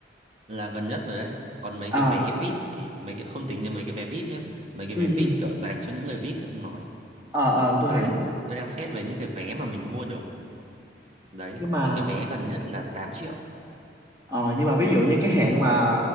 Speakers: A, on the right; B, on the right.
A: là gần nhất rồi đấy còn mấy
B: à
A: cái vé VIP thì mấy cái không tính đến mấy cái vé VIP nhá mấy cái
B: ừ
A: vé VIP
B: ừ
A: kiểu dành cho những người VIP thì không nói
B: ờ ờ tôi
A: đấy
B: hiểu
A: tôi đang xét về những cái vé mà mình mua được đấy
B: nhưng mà
A: thì cái vé gần nhất là tám triệu
B: ờ nhưng mà ví dụ như
A: đấy
B: cái hạn mà